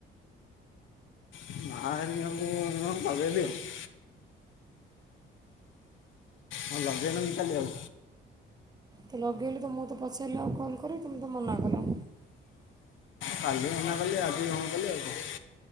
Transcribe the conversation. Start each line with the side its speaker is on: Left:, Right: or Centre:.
Left: <unintelligible> ହଁ ଲଗେଇନବ କାଲି ଆଉ
Right: ତ ଲଗେଇଲି ତ ମୁଁ ତ ପଚାରିଲି ଆଉ କଲ୍ କରିିବ ତମେତେ ମନା କଲା।
Left: କାଲି ମନା କଲି ଆଜି କଣ କଲି ଆଉ